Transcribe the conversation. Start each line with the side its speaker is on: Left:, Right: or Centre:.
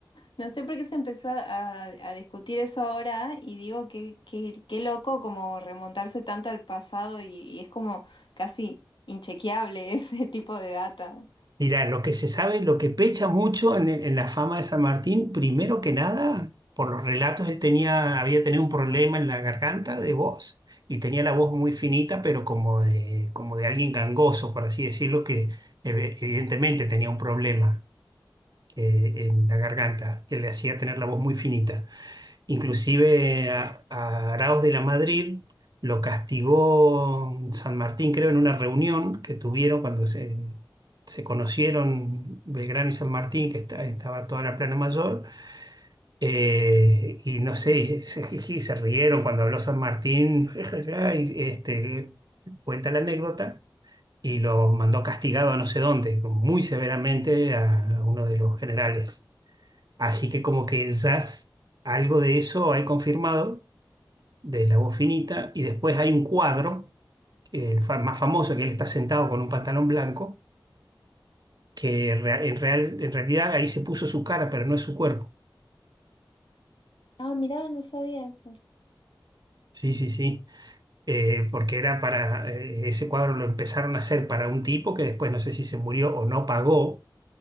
Left: No sé por qué se empezó a, a discutir eso ahora y digo que qué loco como remontarse tanto al pasado y, y es como casi inchequeable <laughs> ese tipo de data.
Right: Mirá, lo que se sabe, lo que pecha mucho en, en la fama de San Martín, primero que nada, por los relatos, él tenía, había tenido un problema en la garganta de voz y tenía la voz muy finita, pero como de, como de alguien gangoso, por así decirlo, que ev- evidentemente tenía un problema eh, en la garganta que le hacía tener la voz muy finita. Inclusive a, a Araoz de la Madrid lo castigó San Martín, creo, en una reunión que tuvieron cuando se, se conocieron Belgrano y San Martín, que esta- estaba toda la Plana Mayor, eh, y no sé, y se, jiji, se rieron cuando habló San Martín, <laughs> y este, cuenta la anécdota, y lo mandó castigado a no sé dónde, muy severamente a, a uno de los generales. Así que como que ya s- algo de eso hay confirmado de la voz finita, y después hay un cuadro, el fa- más famoso, que él está sentado con un pantalón blanco, que rea- en, real- en realidad ahí se puso su cara, pero no es su cuerpo.
Left: Ah, mirá, no sabía eso.
Right: Sí, sí, sí, Eh, porque era para, eh, ese cuadro lo empezaron a hacer para un tipo que después no sé si se murió o no pagó,